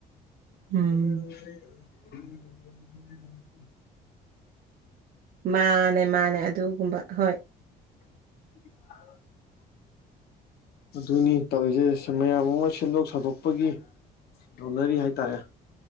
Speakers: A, on the left (about 70°); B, on the right (about 60°).
A: ꯎ
B: ꯎꯝ
A: ꯎ ꯎ ꯎ
B: ꯃꯥꯅꯦ ꯃꯥꯅꯦ ꯑꯗꯨꯒꯨꯝꯕ ꯍꯣꯏ
A: ꯑ ꯑꯗꯨꯅꯤ ꯇꯧꯔꯤꯁꯦꯁ ꯟ ꯃꯌꯥꯝ ꯑꯃ ꯁꯦꯝꯗꯣꯛ ꯁꯥꯗꯣꯛꯄꯒꯤ ꯌꯣꯟꯅꯔꯤ ꯍꯥꯏꯇꯥꯔꯦ